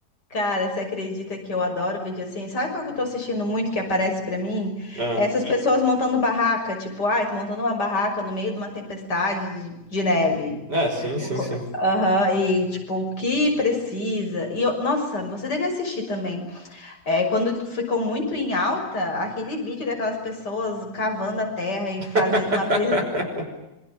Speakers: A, on the left; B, on the right.
A: Cara, você acredita que eu adoro vídeo assim? Sabe qual que eu tô assistindo muito que aparece pra mim?
B: Ah,
A: Essas Hum. pessoas montando barraca, tipo, ai, tô montando uma barraca no meio de uma tempestade de de neve.
B: é, sim,
A: O
B: sim,
A: co-
B: sim.
A: Aham, e tipo, o que precisa. E eu- nossa, você deve assistir também. É, quando ficou muito em alta, aquele vídeo daquelas pessoas cavando a terra e
B: <laughs>
A: fazendo uma pe-